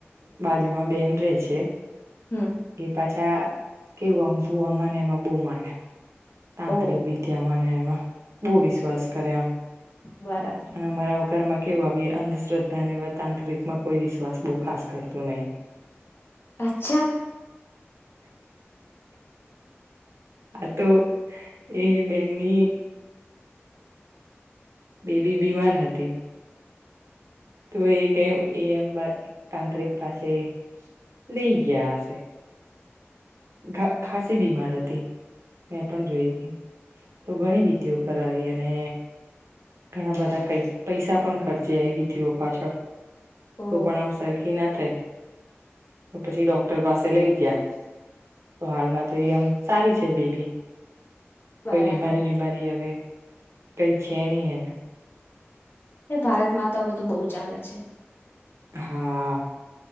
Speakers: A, on the right (about 85°); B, on the left (about 55°).
A: બાજુમાં બેન રે છે.
B: હમ
A: એ પાછી આ કેવું આમફુ અમાને એમાં બહુ માને. તાંત્રિક
B: ઓ
A: વિદ્યામાંને એમાં બહુ વિશ્વાસ કરે આમ
B: બરાબર
A: અનેમારા કારમાં કેવું આવીએ અંધશ્રદ્ધાને વા તાંત્રિકમાં કોઈ વિશ્વાસ બહુ ખાસ કરતું નહીં.
B: અચ્છા.
A: <inaudible> આ તો એ બેનની બેબી બીમાર હતી. તો એ કઈ એ એમ બા તાંત્રિક પાસે લઈ ગયા હશે. ધા ખાસી બીમાર હતી. મે પણ જોયતી. તો ઘણી વિધિઓ કરાવી અને ઘણા બધા કઈ પૈસા પણ ખર્ચેયા એ વિધિઓ પાછળ.
B: ઓ
A: તો પણ આમ સરખી ના થઈ. પછી ડોક્ટર પાસે લઈ ગયા. તો હાલમાં તો એ આમ સારી છે બેબી.
B: બરાબર
A: કોઈ બીમારી બીમારી હવે કઈ છેની એ <unintelligible>
B: એ ભારતમાં તો બધું બહુ ચાલે છે.
A: હા.